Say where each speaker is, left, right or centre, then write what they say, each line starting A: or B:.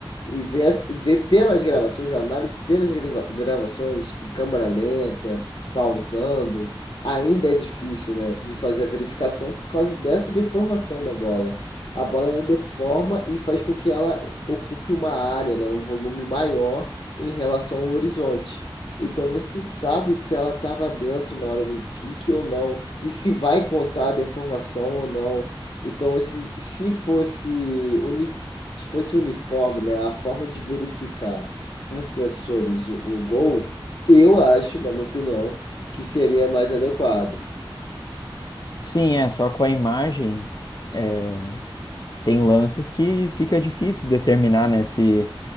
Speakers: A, on the left; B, on the left.
A: e vê, as- e vê pelas gravações, a análise pelas grava- gravações, em câmera lenta, pausando, ainda é difícil, né, de fazer a verificação por causa dessa deformação da bola. A bola ela deforma e faz com que ela ocupe uma área, né, um volume maior em relação ao horizonte. Então não se sabe se ela estava dentro na hora do kick ou não, e se vai contar a deformação ou não. Então, se, se fosse, uni, se fosse uniforme, né, a forma de verificar com sensores o, o gol, eu acho, na minha opinião, que seria mais adequado.
B: Sim, é, só com a imagem é, tem lances que fica difícil determinar, né, se,